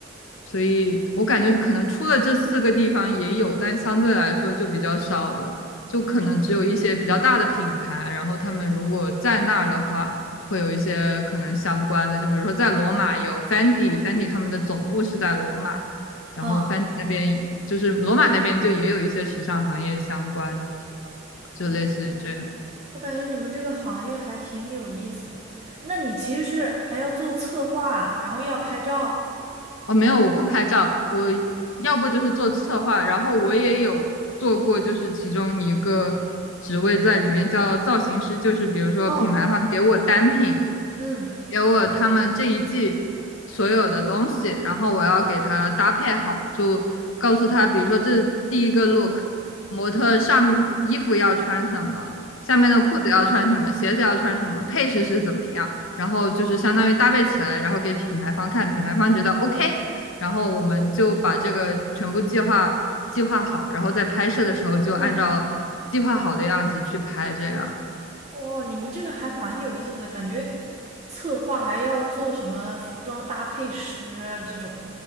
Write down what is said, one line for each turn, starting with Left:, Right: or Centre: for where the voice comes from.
Left: 所以我感觉可能除了这四个地方也有，但相对来说就比较少了，就可能只有一些比较大的品牌，然后他们如果在那儿的话，会有一些可能相关的，就比如说在罗马有 Fendi，Fendi 他们的总部是在罗马，然后
Right: 嗯。
Left: Fendi 那边就是罗马那边就也有一些时尚行业相关的，就类似于这样。
Right: 哦，我感觉你们这个行业还挺有意思的。那你其实是还要做策划，然后又要拍照。
Left: 哦，没有，我不拍照，我要不就是做策划，然后我也有做过，就是其中一个职位在里面叫造型师，就是比如说品牌方给我单品，
Right: 哦，嗯，
Left: 给我他们这一季所有的东西，然后我要给他搭配好，就告诉他，比如说这是第一个 look，模特上衣服要穿什么，下面的裤子要穿什么，
Right: 哦，
Left: 鞋子要穿什么，配饰是怎么样，然后就是相当于搭配起来，然后给品牌方看，品牌方觉得 OK，然后我们就把这个全部计划计划好，然后在拍摄的时候就按照计划好的样子去拍，
Right: 嗯，
Left: 这样。
Right: 哦，你们这个还蛮有意思的，感觉策划还要做什么服装搭配师啊这种。